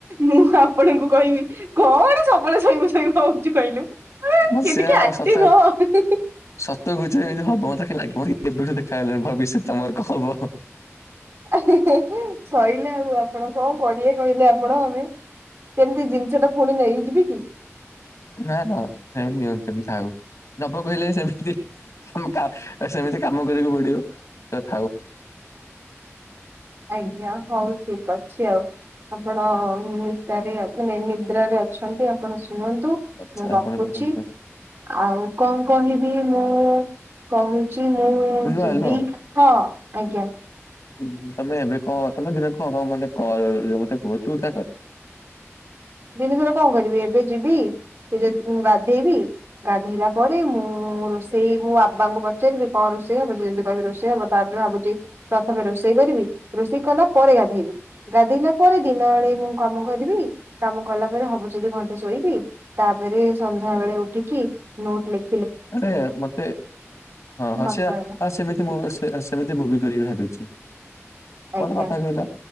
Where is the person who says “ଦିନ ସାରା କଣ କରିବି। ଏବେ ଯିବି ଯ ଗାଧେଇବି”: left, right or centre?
Right